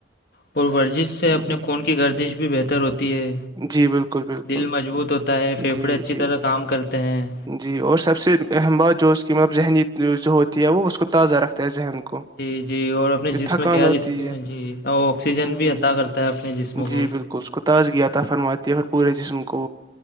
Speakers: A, on the left (about 55°); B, on the right (about 25°).
A: پرورزش سے اپنے
B: جی
A: خون کی گردش بھی بہتر ہوتی ہے
B: جی بالکل بالکل
A: دل مضبوط ہوتا ہے پھیپھڑے
B: جی
A: اچھی
B: جی
A: طرح کام کرتے ہیں
B: جی اور سب سے اہم بات جو اس کی مطلب ذہنی جو جو ہوتی ہے وہ اس کو تازہ رکھتا ہے ذہن کو
A: جی جی اور اپنے
B: جو
A: جسم
B: تھکان
A: کیا
B: ہوتی
A: ہے ج جی آکسیجن بھی
B: جی
A: عطا کرتا ہے اپنے جسم کو
B: جی بالکل اس کو تازگی آتا فرماتی ہے پھر پورے جسم کو